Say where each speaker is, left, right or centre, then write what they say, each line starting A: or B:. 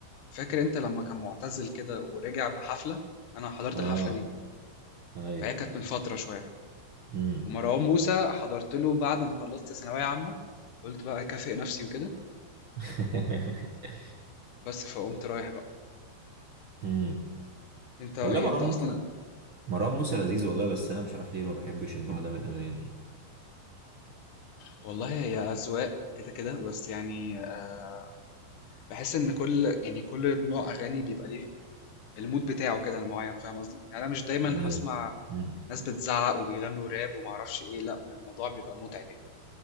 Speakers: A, on the left; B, on the right.
A: فاكر انت لما كان معتزل كده ورجع بحفلة انا حضرت
B: اه
A: الحفلة دي
B: اي
A: فهي كانت من فترة شوية
B: امم
A: ومروان موسى حضرت له بعد ما خلصت ثانوية عامة قلت بقى أكافئ نفسي وكده
B: <laughs>
A: بس فقمت رايح بقى
B: امم
A: انت ايه
B: والله مروان
A: انت اصلا
B: موسى مروان موسى لذيذ والله بس انا مش عارف ليه ما بحبش النوع ده من الاغاني
A: والله هي اذواق كده كده بس يعني آه، بحس ان كل يعني كل نوع اغاني بيبقى ليه المود بتاعه كده المعين فاهم قصدي يعني انا مش دايما
B: ايوه
A: هسمع
B: أمم.
A: ناس بتزعق وبيغنوا راب ومعرفش ايه لا الموضوع بيبقى متعب يعني